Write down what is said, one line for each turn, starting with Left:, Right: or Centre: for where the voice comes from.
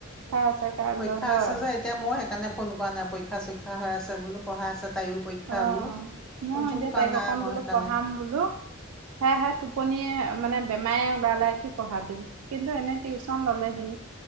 Right: আছে কাইলৈ
Centre: পৰীক্ষা
Right: হয়
Centre: আছে যে, এতিয়া মই সেইকাৰণে ফোন কৰা নাই পৰীক্ষা চই হৈ আছে বোলো প়ঢ়াই আছে তাইও পৰীক্ষা
Right: অহ
Centre: বোলো
Right: ', মই
Centre: ফোন চোন
Right: এতিয়া
Centre: কৰা
Right: তাইক
Centre: নাই
Right: অকন
Centre: মই
Right: বোলো
Centre: সেইকাৰণে
Right: পঢ়াম বোলো সেহে টোপনিহে মানে। বেমাৰে এৰা নাই কি পঢ়াবি। কিন্তু এনে টিউচন ললেহি